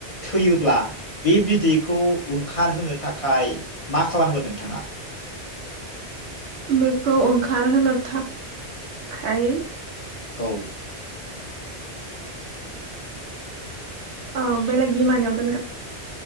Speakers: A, on the left; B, on the right.
A: थैयोब्ला बि बिदिग खौ ओंखारहोनो थाखाय मा खालामगोन नोंथाङा?
B: बेखौ ओंखारहोनो थाखाय
A: औ।
B: औ बेलेग बिमानियाव दोनगोन।